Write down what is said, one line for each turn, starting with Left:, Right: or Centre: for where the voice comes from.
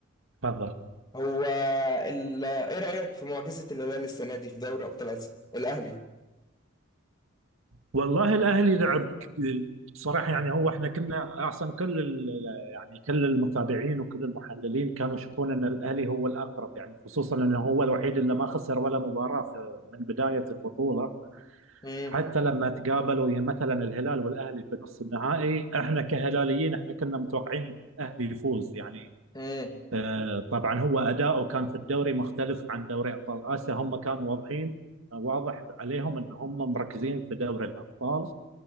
Right: تفضل
Left: هو ال... إيه رأيك في معجزة الهلال السنة دي في دوري أبطال آسيا الأهلي
Right: والله الاهلي لعب ك- بصراحه يعني هو احنا كنا احسن كل ال- يعني كل المتابعين وكل المحللين كانوا يشوفون ان الاهلي هو الاقرب يعني خصوصا انه هو الوحيد اللي ما خسر ولا مباراه في- من بدايه البطوله
Left: مم.
Right: حتى لما تقابلوا يا مثلا الهلال والاهلي في نصف النهائي احنا كهلاليين احنا كنا متوقعين ان الاهلي يفوز يعني
Left: مم.
Right: آه، طبعا هو اداؤه كان في الدوري مختلف عن دوري ابطال اسيا هم كانوا واضحين آه، واضح عليهم ان هم مركزين في دوري الابطال